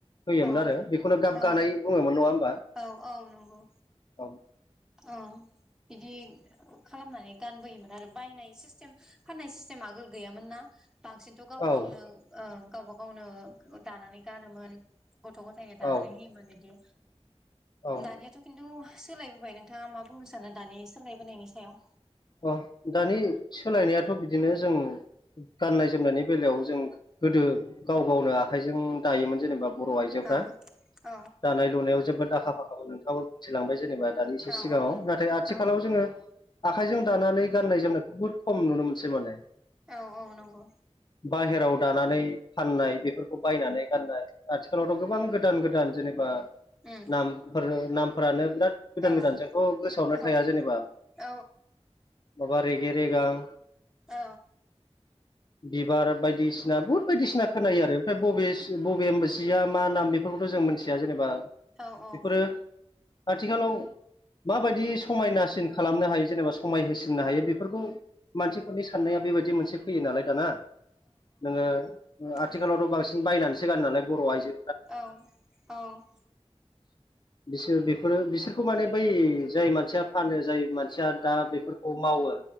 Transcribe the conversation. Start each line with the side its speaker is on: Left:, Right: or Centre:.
Left: होयोमोन
Centre: औ
Left: आरो बेखौनो गाब
Centre: औ
Left: गानाय बुङोमोन नङा होमबा?
Centre: औ औ नंगौ।
Left: औ
Centre: औ बिदि खालामनानै गानबोयोमोन आरो बायनाय सिस्टेम फाननाय सिस्टेम आगोल गैयामोन ना? बांसिनथ' गावबा
Left: औ
Centre: गावनो ओ गावबा गावनो दानानै गानोमोन। गथ' ग'थायनो दानानै
Left: औ
Centre: होयोमान इदि
Left: औ
Centre: दानियाथ' खिनथु सोलायबोबाय नोंथाङा मा बुंनो सानो दानि सोलायबोनायनि सायाव
Left: अ दानि सोलायनायाथ' बिदिनो जों गाननाय जोमनायनि बेलायाव जों गोदो गाव गावनो आखाइजों दायोमोन। जेनेबा बर' आइजोफ्रा
Centre: औ औ
Left: दानाय लुनायाव जोबोद आखा फाखाब नोंथाङाबो बुंथिलांबाय जेनेबा दानदिसो
Centre: औ
Left: सिगाङाव नाथाय आथिखालाव
Centre: औ
Left: जोङो आखाइजों दानानै गाननाय जोमनायखौ बुहुत खम नुनो मोनसै माने
Centre: औ औ नंगौ।
Left: बाहेरायाव दानानै फाननाय बेफोरखौ बायनानै गाननाय आथिखालावथ' गोबां गोदान गोदान जेनेबा
Centre: उम
Left: नामफोर नामफोरानो बिराद गोदान
Centre: औ
Left: गोदान जोंथ' गोसोयावनो
Centre: औ
Left: थाया जेनेबा
Centre: औ
Left: माबा रेगेरेगां
Centre: औ
Left: बिबार बायदिसिना बुहुद बायदिसिना खोनायो आरो ओमफ्राय बबे बबे सिया मा नाम बेफोरखौथ' जों मिथिया जेनेबा
Centre: औ औ
Left: बेफोरो आथिखालाव माबायदि समायनासिन खालामनो हायो जेनेबा। समाय होसिननो हायो बेफोरखौ मानसिफोरनि साननाया बेबायदि मोनसे फैयो नालाय दाना नोङो
Centre: नंगौ
Left: आथिखालावथ' बांसिन बायनानैसो गोनो नालाय बर' आइजो
Centre: औ औ
Left: बिसोर बेफोरो बिसोरखौ माने बै जाय मानसिया फानो जाय मानसिया दा बेफोरखौ मावो